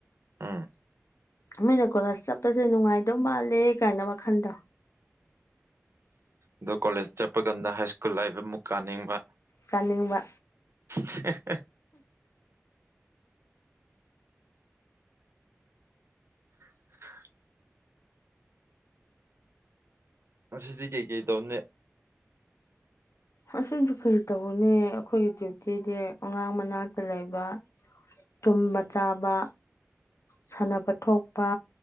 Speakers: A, on the right; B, on the left.
A: ꯎꯝ
B: ꯃꯤꯅ ꯀꯣꯂꯦꯖ ꯆꯠꯄꯁꯦ ꯅꯨꯡꯉꯥꯏꯗꯧ ꯃꯥꯜꯂꯦ ꯀꯥꯏꯅ ꯋꯥꯈꯟꯗꯣ
A: ꯑꯗꯣ ꯀꯣꯂꯦꯖ ꯆꯠꯄ ꯀꯥꯟꯗ ꯍꯥꯏ ꯁ꯭ꯀꯨꯜ ꯂꯥꯛꯕ ꯑꯃꯨꯛ ꯀꯥꯅꯤꯡꯕ
B: ꯀꯥꯅꯤꯡꯕ
A: ꯍꯦ ꯍꯦ <inaudible> ꯑꯁꯤꯗꯤ ꯀꯩ ꯀꯩ ꯇꯧꯅꯦ
B: ꯑꯁꯤꯁꯨ ꯀꯔꯤ ꯇꯧꯒꯅꯤ ꯑꯩꯈꯣꯏꯒꯤ ꯗ꯭ꯌꯨꯇꯤꯗꯤ ꯑꯉꯥꯡ ꯃꯅꯥꯛꯇ ꯂꯩꯕ ꯇꯨꯝꯕ ꯆꯥꯕ ꯁꯥꯟꯅꯕ ꯊꯣꯛꯄ